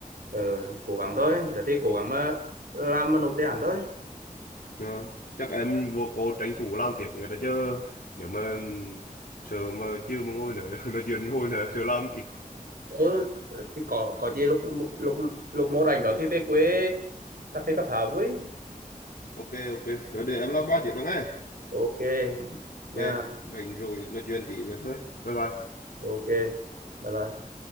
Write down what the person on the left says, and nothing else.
Ờ, chắc em vô cô tranh thủ làm tiếp cái đó chứ nếu mà sợ mà chưa mà ngồi nữa <laughs> nói chuyện hồi nữa sợ làm kịp
ok ok đó để em làm ba tiếp đó nghe
ok
rảnh rồi nói chuyện tí nữa thôi bye bye